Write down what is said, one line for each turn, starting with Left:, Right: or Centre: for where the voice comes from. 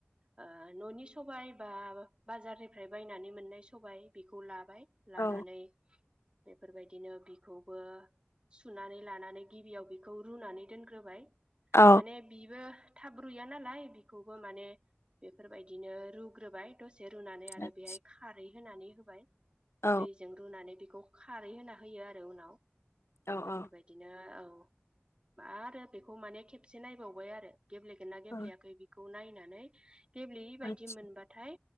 Right: ओ न'नि सबाय बा बाजारनिफ्राय बायनानै मोननाय सबाय बेखौ लाबाय लानानै
Left: औ
Right: बेफोरबायदिनो बिखौबो सुनानै लानानै गिबियाव बेखौ रुनानै दोनग्रोबाय
Left: औ
Right: माने बिबो थाब रुया नालाय बि खौबो माने बेफोरबायदिनो रुग्रोबाय द से रुनानै आरो
Left: आदसा
Right: बेहाय खारै होनानै होबाय
Left: औ
Right: दैजों रुनानै बे बेखौ खारै होना होयो आरो उनाव
Left: औ आदसा औ उम औ
Right: बेफोरबायदिनो
Left: औ
Right: औ आरो बेखौ माने खेबसे नायबावबाय आरो गेब्लेगोना गेब्लेयाखै
Left: औ
Right: बेखौ नाय <unintelligible> गेब्लेयै बायदि
Left: आदसा
Right: मोनबाथाय